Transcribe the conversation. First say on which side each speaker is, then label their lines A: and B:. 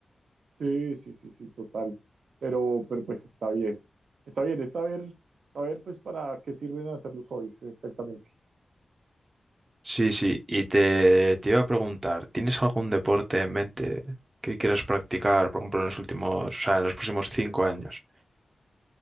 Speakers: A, on the right; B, on the right.
A: Sí, sí, sí, sí, total. Pero, pero pues está bien. Está bien, es saber, saber pues para qué sirven hacer los hobbies, exactamente.
B: Sí, sí, y te, te iba a preguntar, ¿tienes algún deporte en mente que quieras practicar, por ejemplo, en los últimos, o sea, en los próximos cinco años?